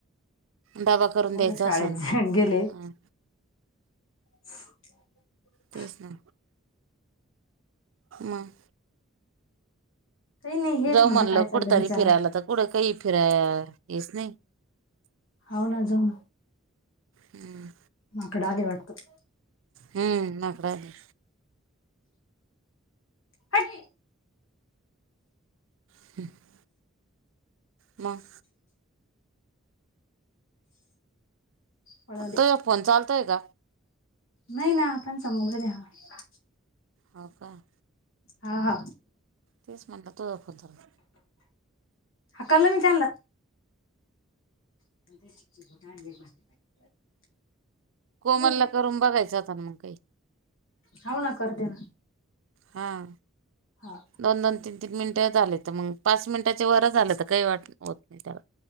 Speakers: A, on the right; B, on the left.
A: डबा करून
B: पोर
A: द्यायचा
B: शाळेत
A: असन
B: गेले.
A: हा
B: <inaudible>
A: तेच ना मंग.
B: काही नाही हेच
A: जाऊ म्हणलं
B: काय चाललं
A: कुठतरी
B: विचारावं
A: फिरायला तर कुठं काही फिराय हेच नाही.
B: हो ना जाऊ.
A: हम्म,
B: माकड आली वाटत.
A: हम्म, माकड आली.
B: हाट.
A: ह <inaudible> मग.
B: पळाले
A: त या फोन चालतोय का.
B: नाही नाताण समोग द्यावा.
A: हो काय,
B: हा हा,
A: तेच ना आता तुया फतोर.
B: हाकललं मी त्यांला. <unintelligible>
A: कोमलला
B: का
A: करून बघायचता आता मग काही.
B: हाव णा करते ना.
A: हां,
B: हा हम्म
A: दोन दोन तीन तीन मिनिटं झाले तर मग पाच मिनिटाच्या वर झाले तर काही वाट होत नाही त्याला.